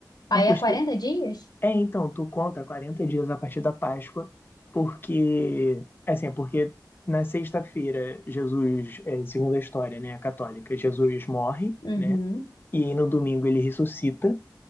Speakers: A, on the left (about 70°); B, on the left (about 30°).
A: Aí
B: Mas, poxa,
A: é quarenta dias?
B: é, então, tu conta 40 dias a partir da Páscoa, porque, assim, porque na sexta-feira, Jesus, é, segundo a história, né, católica, Jesus morre,
A: Uhum,
B: né, e aí no domingo ele ressuscita,